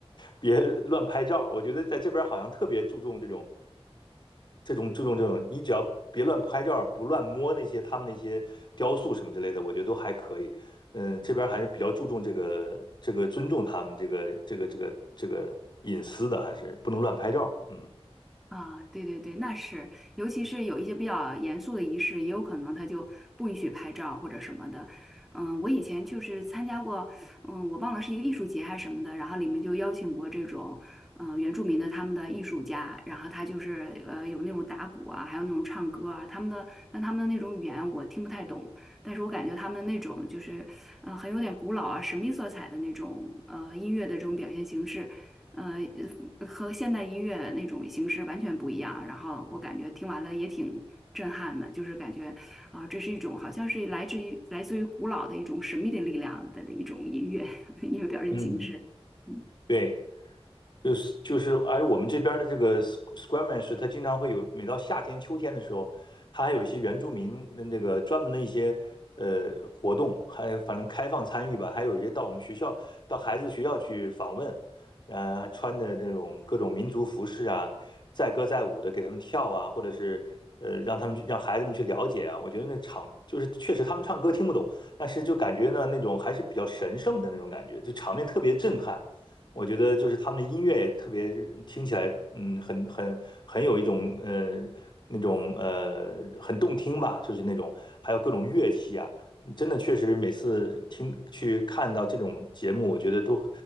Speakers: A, on the left (about 50°); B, in the centre.
A: 别乱拍照。我觉得在这边好像特别注重这种这种注重这种，你只要别乱拍照，不乱摸那些他们那些雕塑什么之类的，我觉得都还可以。嗯，这边还是比较注重这个这个尊重他们这个这个这个这个隐私的，还是不能乱拍照。嗯
B: 啊，对对对，那是，尤其是有一些比较严肃的仪式，也有可能他就不允许拍照或者什么的。嗯，我以前就是参加过，嗯，我忘了是一个艺术节还是什么的，然后里面就邀请过这种，呃，原住民的他们的艺术家，然后他就是呃有那种打鼓啊，还有那种唱歌啊，他们的，但他们的那种语言我听不太懂，但是我感觉他们那种就是，呃，很有点古老啊，神秘色彩的那种呃音乐的这种表现形式。呃，呃和现代音乐那种形式完全不一样。然后我感觉听完了也挺震撼的，就是感觉啊、这是一种好像是来自于来自于古老的一种神秘的力量的一种音乐 <laughs> 音乐表现形式。
A: 嗯，
B: 嗯。
A: 对。就是就是，而我们这边儿的这个 s- q u a m i s h 他经常会有，每到夏天、秋天的时候，他还有一些原住民那这个专门的一些呃活动，还有反正开放参与吧，还有一些到我们学校，到孩子学校去访问，嗯、还穿的这种各种民族服饰啊，载歌载舞的给他们跳啊，或者是呃让他们去让孩子们去了解啊，我觉得那场就是确实他们唱歌听不懂，但是就感觉呢那种还是比较神圣的那种感觉，就场面特别震撼。我觉得就是他们的音乐也特别听起来，嗯，很很很有一种呃那种呃很动听吧，就是那种还有各种乐器啊，真的确实每次听去看到这种节目，我觉得都